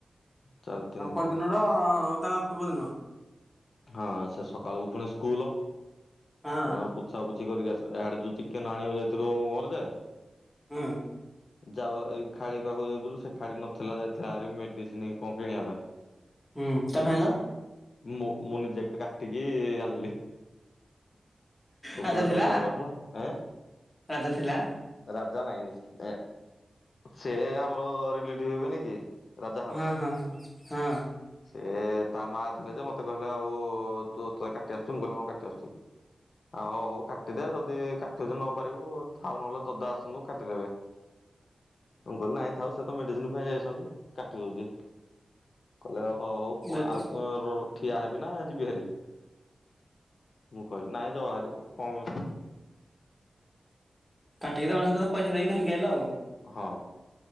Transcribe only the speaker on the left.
ଚାରି ଦିନ
ହେଇଥିବ
ହଁ ସେ ସକାଳକୁ ପୁଣି ସ୍କୁଲ
ସବୁ ଯାକ ପୋଛାପୋ କିଛି କରିକି ଆସିଲୁ ଏହାଡେ ଯୋଉ ଚିକେନ୍ ଆଣିବାକୁ ଯାଇଥିଲୁ ମୋର ଯେ
ଯାଅ ଏଇ ଖାଡି ପାଖକୁ ଯାଇଥିଲୁ ସେ ଖାଡି ନଥିଲା ଯାଇଥିଲା ଆ ମେଡିସିନ କଣ କିଣିବା ପାଇଁ
ମୁ ମୁ ନିଜେ କାଟିକି ଆଣିଲି। କୁକୁଡ଼ା
ଟା ଓଜନ କରାହେଲା ଏଁ?
ରାଜା ନାଇଁ ଏ ସେ ଆମର ରିଲେଟିଭ ହେବେନି କି। ରାଜା ହର
ସେ ତା ମା ଥିଲେ ଯେ ମତେ ମତେ କହିଲେ ଆଉ ତୁ ତତେ କାଟି ଆସୁଚି? ମୁଁ କହିଲି ହଁ କାଟି ଆସୁଛି। ଆ ହଉ ହଉ କାଟିଦେ ଯଦି କାଟି ଯଦି ନ ପାରିବୁ ଆଉ ନହେଲେ ଦଦା ଆସନ୍ତୁ କାଟିଦେବେ। ମୁଁ କହିଁଲି ନଇଥାଉ ସ ମେଡିସିନ ପାଇଁ ଯାଇଛନ୍ତି କାଟି ଦଉଛି କହିଲେ ହ ହଉ
ଆଉ କଣ ଠିଆ ହେବି ନା ଜିବିହାରି? ମୁ କହିଁଲି ନାଇଁ ଯହାରି କମ୍ ଅଛି।
ହଁ।